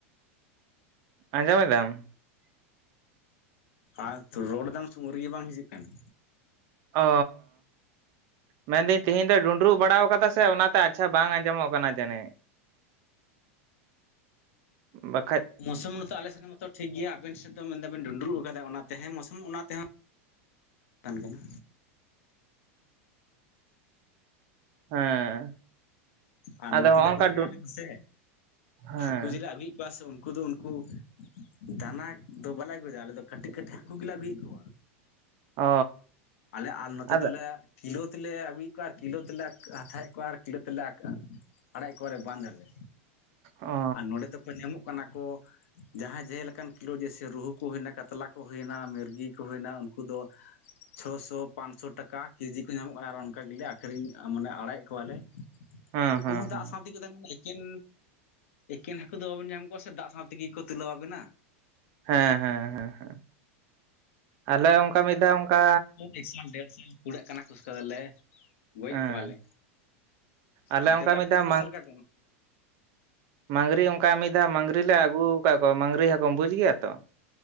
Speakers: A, on the right (about 45°); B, on the left (about 75°).
A: ᱟᱸᱡᱚᱢᱮᱫᱟᱢ
B: ᱟᱨ ᱫᱚ ᱨᱳᱲᱫᱟᱢ ᱥᱮ ᱩᱱ ᱨᱮᱜᱮ ᱵᱟᱝ ᱦᱤᱡᱩᱜ ᱠᱟᱱᱟ᱾
A: ᱚ ᱢᱮᱱᱫᱟᱹᱧ ᱛᱤᱦᱤᱧ ᱫᱚ ᱰᱩᱸᱰᱨᱩ ᱵᱟᱲᱟᱶ ᱟᱠᱟᱫᱟ ᱥᱮ ᱚᱱᱟᱛᱮ ᱟᱪᱪᱷᱟ ᱵᱟᱝ ᱟᱸᱡᱚᱢᱚᱜ ᱠᱟᱱᱟ ᱡᱟᱹᱱᱤᱡᱽ᱾
B: <inaudible>
A: ᱵᱟᱠᱷᱟᱡᱽ
B: ᱢᱳᱥᱚᱢ ᱱᱮᱛᱚ ᱟᱞᱮ ᱥᱮᱱ ᱦᱚᱸ ᱢᱟᱛᱚ ᱴᱷᱤᱠ ᱜᱮᱭᱟ ᱟᱵᱮᱱ ᱥᱮᱫ ᱫᱚ ᱢᱮᱱ ᱫᱟᱵᱮᱱ ᱰᱩᱸᱰᱨᱩᱜ ᱟᱠᱟᱫᱟ ᱚᱱᱟᱛᱮ ᱦᱮᱸ ᱢᱳᱥᱚᱢ ᱚᱱᱟ ᱛᱮᱦᱚᱸ ᱟᱱ ᱠᱟᱱᱟ᱾
A: ᱦᱮᱸ
B: ᱟᱨ
A: ᱟᱫᱚ
B: ᱱᱚᱛᱮ
A: ᱦᱚᱸᱜ
B: ᱫᱚ
A: ᱚᱝᱠᱟ
B: ᱜᱚᱝᱠᱮ
A: ᱰᱩ
B: ᱟᱞᱮ ᱫᱚ ᱥᱮ
A: ᱦᱮᱸ
B: ᱦᱟᱹᱠᱩ ᱡᱤᱞᱮ ᱟᱹᱜᱩ ᱠᱚᱭᱟ ᱥᱮ ᱩᱱᱠᱩ ᱫᱚ ᱩᱱᱠᱩ ᱫᱟᱱᱟ ᱫᱚ ᱵᱟᱞᱮ ᱟᱹᱜᱩᱭᱮᱫᱟ ᱟᱞᱮᱫ ᱫᱚ ᱠᱟᱹᱴᱤᱡ ᱠᱟᱹᱴᱤᱡ ᱦᱟᱹᱠᱩ ᱜᱮᱞᱮ ᱟᱹᱜᱩᱭᱮᱫ ᱠᱚ,
A: ᱚ
B: ᱟᱞᱮ ᱟᱨ ᱱᱚᱛᱮ
A: ᱟᱫᱚ
B: ᱫᱚᱞᱮ ᱠᱤᱞᱳ ᱛᱮᱞᱮ ᱟᱹᱜᱩᱭᱮᱫ ᱠᱚᱣᱟ ᱟᱨ ᱠᱤᱞᱳ ᱛᱮᱞᱮ ᱦᱟᱛᱟᱣᱮᱫ ᱠᱚᱣᱟ ᱟᱨ ᱠᱤᱞᱳ ᱛᱮᱞᱮ ᱟᱠᱟᱟᱜ ᱟᱲᱟᱜᱮᱫ ᱠᱚᱣᱟᱞᱮ ᱵᱟᱸᱫᱷ ᱨᱮ
A: ᱚ
B: ᱟᱨ ᱱᱚᱰᱮ ᱫᱚᱠᱚ ᱧᱟᱢᱚᱜ ᱠᱟᱱᱟ ᱠᱚ ᱡᱟᱦᱟᱸᱭ ᱡᱮ ᱞᱮᱠᱟᱱ ᱠᱤᱞᱳ ᱡᱮᱭᱥᱮ ᱨᱩᱦᱩ ᱠᱚ ᱦᱩᱭᱱᱟ ᱠᱟᱛᱞᱟ ᱠᱚ ᱦᱩᱭᱱᱟ ᱢᱤᱨᱜᱤ ᱠᱚ ᱦᱩᱭᱱᱟ ᱩᱱᱠᱩ ᱫᱚ <inaudible> ᱪᱷᱚᱥᱚ ᱯᱟᱸᱪᱥᱚ ᱴᱟᱠᱟ ᱠᱮᱡᱤ ᱠᱚ ᱧᱟᱢᱚᱜ ᱠᱟᱱᱟ ᱟᱨ ᱚᱱᱠᱟ ᱜᱮᱞᱮ ᱟᱠᱷᱨᱤᱧ ᱢᱟᱱᱮ ᱟᱲᱟᱜᱮᱫ ᱠᱚᱣᱟᱞᱮ,
A: ᱦᱮᱸ
B: ᱱᱩᱠᱩ
A: ᱦᱮᱸ
B: ᱦᱚᱸ ᱫᱟᱜ
A: ᱦᱮᱸ
B: ᱥᱟᱶᱛᱮᱠᱚ ᱛᱟᱦᱮᱱ ᱠᱟᱱᱟ ᱮᱠᱮᱱ ᱮᱠᱮᱱ ᱦᱟᱹᱠᱩ ᱫᱚ ᱵᱟᱵᱮᱱ ᱧᱟᱢ ᱠᱚᱣᱟ ᱥᱮ ᱫᱟᱜ ᱥᱟᱶ ᱛᱮᱜᱮ ᱠᱚ ᱛᱩᱞᱟᱹᱣ ᱟᱵᱮᱱᱟ᱾
A: ᱦᱮᱸ ᱦᱮᱸ ᱦᱮᱸ ᱟᱞᱮ ᱚᱱᱠᱟ ᱢᱤᱫ ᱫᱷᱟᱣ ᱚᱱᱠᱟ
B: ᱮᱠᱥᱟᱞ ᱰᱮᱲᱥᱟᱞ ᱠᱩᱲᱟᱹᱜ ᱠᱟᱱᱟ ᱠᱩᱥᱠᱟᱹ ᱫᱚᱞᱮ ᱜᱚᱡᱮᱫ
A: ᱦᱮᱸ
B: ᱠᱚᱣᱟᱞᱮ
A: ᱟᱞᱮ
B: ᱚᱱᱛᱮ
A: ᱚᱱᱠᱟ
B: ᱫᱚ ᱟᱯᱮ
A: ᱢᱤᱫ
B: ᱫᱚ
A: ᱫᱷᱟᱣ
B: ᱛᱤᱱᱟᱹᱜ ᱥᱟᱞ ᱞᱮᱠᱟ
A: ᱢᱟᱹᱜᱽᱨᱤ ᱚᱱᱠᱟ ᱢᱤᱫ ᱫᱷᱟᱣ ᱢᱟᱹᱜᱽᱨᱤ ᱞᱮ ᱟᱹᱜᱩ ᱟᱠᱟᱫ ᱠᱚᱣᱟ ᱢᱟᱹᱟᱝᱨᱤ ᱦᱟᱹᱠᱩᱚᱢ ᱵᱩᱡ ᱜᱮᱭᱟ ᱛᱚ?